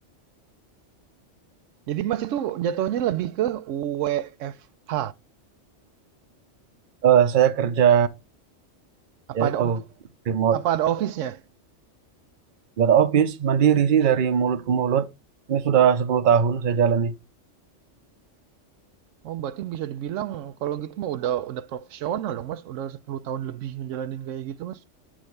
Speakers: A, on the right; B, on the right.
A: Jadi, Mas, itu jatuhnya lebih ke WFH?
B: Eh, saya kerja,
A: Apa
B: ya itu,
A: ada ofi
B: remote.
A: apa ada office-nya?
B: Nggak ada office, mandiri sih dari mulut ke mulut. Ini sudah 10 tahun saya jalani.
A: Oh, berarti bisa dibilang kalau gitu mah udah udah profesional dong, Mas. Udah 10 tahun lebih ngejalanin kayak gitu, Mas.